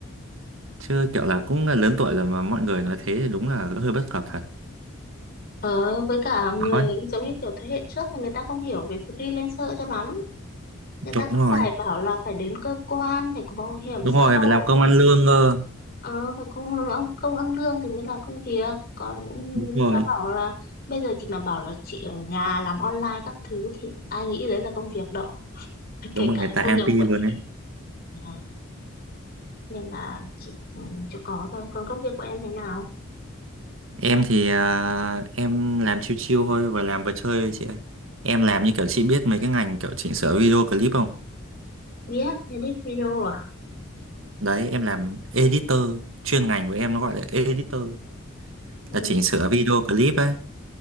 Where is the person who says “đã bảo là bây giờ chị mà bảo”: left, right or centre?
Left